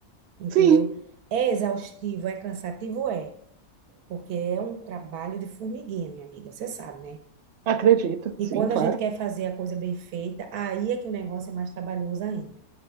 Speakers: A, on the right (about 85°); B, on the right (about 60°).
A: entendeu?
B: sim.
A: É exaustivo, é cansativo, é, porque é um trabalho de formiguinha, minha amiga, você sabe, né?
B: Acredito,
A: E
B: sim,
A: quando
B: claro.
A: a gente quer fazer a coisa bem feita, aí é que o negócio é mais trabalhoso ainda,